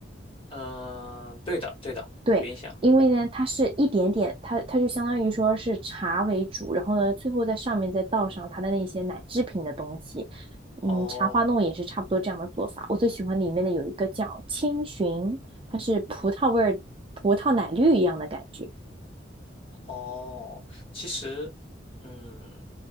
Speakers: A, on the left; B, on the right.
A: 嗯、对的，对的，
B: 对，
A: 有印象。
B: 因为呢，它是一点点，它它就相当于说是茶为主，然后呢，最后在上面再倒上它的那些奶制品的东西。
A: 哦
B: 嗯，茶花弄也是差不多这样的做法。我最喜欢里面的有一个叫青寻，它是葡萄味儿、葡萄奶绿一样的感觉，
A: 哦，其实，嗯，